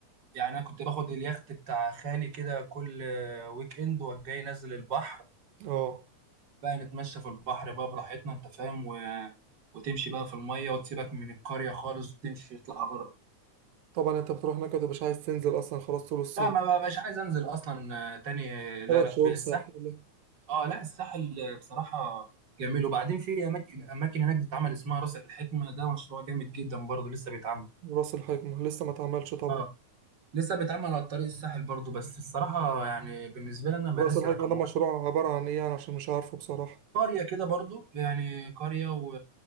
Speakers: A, on the right; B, on the right.
A: يعني أنا كنت باخد اليخت بتاع خالي كده كل آه، ويك إند وجاي نازل البحر
B: اه
A: بقى نتمشى في البحر بقى براحتنا أنت فاهم و... وتمشي بقى في المية وتسيبك من القرية خالص وتمشي تطلع بره
B: طبعا انت بتروح هناك انت مش عايز تنزل اصلا خلاص طول الصيف
A: لا ما بقاش عايز انزل اصلا آه، تاني لا
B: ثلاث
A: لا
B: شهور
A: الساحل
B: ساحل
A: اه لا الساحل بصراحه جميل وبعدين في اماكن اماكن هناك بتتعمل اسمها راس الحكمه ده مشروع جامد جدا برضه لسه بيتعمل
B: راس الحكمة لسه ما اتعملش طبعا
A: اه لسه بيتعمل على طريق الساحل برضه بس الصراحه يعني بالنسبه لي انا مراسي
B: رأس الحكمة
A: رقم
B: ده
A: واحد
B: مشروع عبارة عن إيه يعني عشان مش عارفه بصراحة
A: قريه كده برضه يعني قريه و...